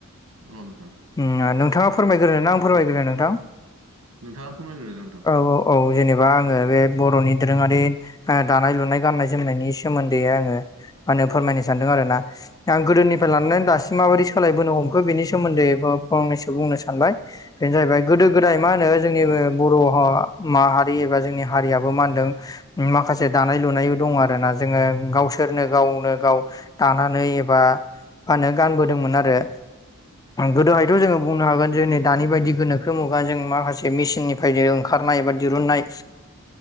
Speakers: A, on the right (about 85°); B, on the left (about 15°).
A: अ नोंथां
B: उम नोंथाङा फोरमायग्रोना आं फोरमायग्रो नोंथां
A: नोंथाङा फोरमायग्रोदो नोंथां।
B: औ औ औ जेनेबा आङो बे बर'नि दोरोङारि ओ दानाय लुनाय गान्नाय जोमनायनि सोमोन्दै आङो मा होनो फोरमायनो सानदों आरोना आं गोदोनिफ्राय लानानै दासिम माबायदि सोलाय बोनो हमखो बिनि सोमोन्दै फंनैसो बुंनो सानबाय बेनो जाहैबाय गोदो गोदाय मा होनो जोंनि बर' माहारि एबा जोंनि हारियाबो मान होनदों माखासे दानाय लुनायबो दं आरोना जोङो गावसोरनो गावनो गाव दानानै एबा मा होनो गानबोदोंमोन आरो गोदोहायथ' जोङो बुंनो हागोन जों नै दानि बायदि गोनोखो मुगानि जों माखासे मेसिननि बायदिनो ओंखारनाय एबा दिरुननाय